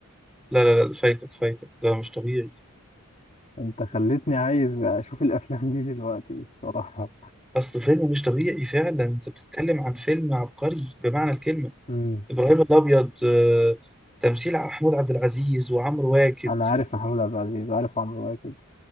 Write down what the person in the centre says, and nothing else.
لا لا لا فايتك فايتك ده مش طبيعي
اصله فيلم مش طبيعي فعلا انت بتتكلم عن فيلم عبقري بمعنى الكلمه
ابراهيم الابيض آه، تمثيل محمود عبد العزيز وعمرو واكد